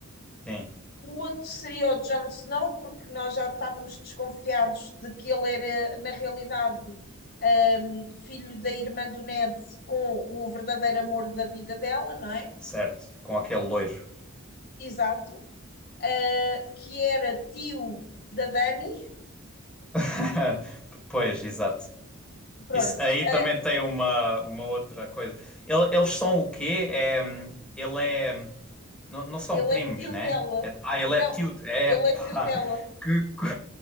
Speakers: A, in the centre; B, on the left.
A: Sim.
B: o outro seria o Jon Snow, porque nós já estávamos desconfiados de que ele era, na realidade, um, filho da irmã do Ned com o verdadeiro amor da vida dela, não é?
A: Certo. Com aquele loiro.
B: Exato. Uh, que era tio da Dani.
A: <laughs> Pois, exato.
B: Pronto,
A: Isso aí
B: uh,
A: também tem uma, uma outra coisa. Ele- eles são o quê? É, hum, ele é. Não, não são
B: ele
A: primos,
B: é tio
A: né?
B: dela.
A: É, ah, ele
B: Não,
A: é tio. É
B: ele
A: pá,
B: é tio dela.
A: que, co-